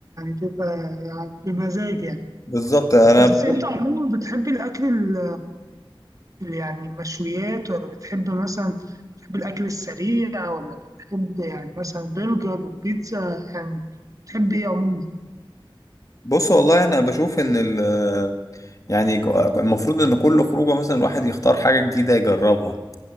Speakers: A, on the right (about 40°); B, on the left (about 40°).
A: تبقى بمزاج يعني
B: بالظبط انا
A: بس
B: بشوف
A: انت عموما بتحب الاكل ال- ال- يعني مشويات ولا بتحب مثلا بتحب الاكل السريع ولا بتحب يعني مثلا برجر وبيتزا يعني بتحب ايه عموما
B: بص والله انا بشوف ان ال يعني ج- المفروض ان كل خروجه مثلا الواحد يختار حاجه جديده يجربها